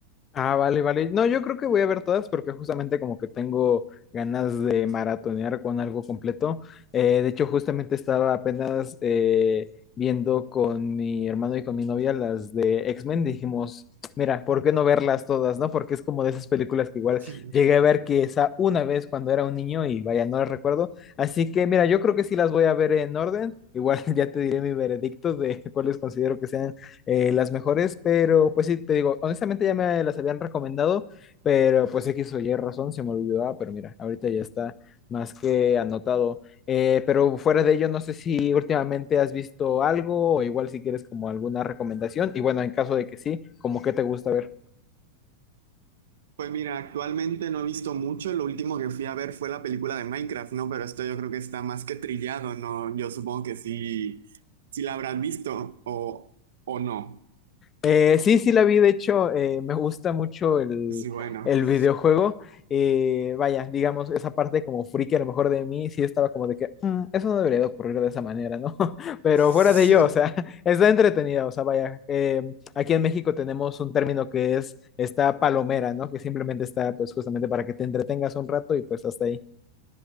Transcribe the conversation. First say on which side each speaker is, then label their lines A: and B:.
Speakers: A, on the left; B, on the right.
A: Ah, vale, vale. No, yo creo que voy a ver todas porque justamente como que tengo ganas de maratonear con algo completo. Eh, de hecho, justamente estaba apenas eh, viendo con mi hermano y con mi novia las de X-Men. Dijimos, mira, ¿por qué no verlas todas, no? Porque es como de esas películas que igual
B: Sí.
A: llegué a ver que esa una vez cuando era un niño y vaya, no las recuerdo. Así que, mira, yo creo que sí las voy a ver en orden. Igual <laughs> ya te diré mi veredicto de cuáles considero que sean eh, las mejores, pero pues sí, te digo, honestamente ya me las habían recomendado, pero pues X o Y razón se me olvidaba, pero mira, ahorita ya está más que anotado. Eh, pero fuera de ello, no sé si últimamente has visto algo o igual si quieres como alguna recomendación. Y bueno, en caso de que sí, como qué te gusta ver.
B: Pues mira, actualmente no he visto mucho, lo último que fui a ver fue la película de Minecraft, ¿no? Pero esto yo creo que está más que trillado, ¿no? Yo supongo que sí, sí la habrás visto o, o no.
A: Eh, sí, sí la vi, de hecho, eh, me gusta mucho el,
B: Sí, bueno.
A: el
B: <laughs>
A: videojuego. Eh, vaya, digamos, esa parte como friki a lo mejor de mí, sí estaba como de que "Mm, eso no debería de ocurrir de esa manera, ¿no? <laughs> Pero
B: Sí.
A: fuera de ello, o sea, <laughs> está entretenida, o sea, vaya, eh, aquí en México tenemos un término que es esta palomera, ¿no? Que simplemente está pues justamente para que te entretengas un rato y pues hasta ahí.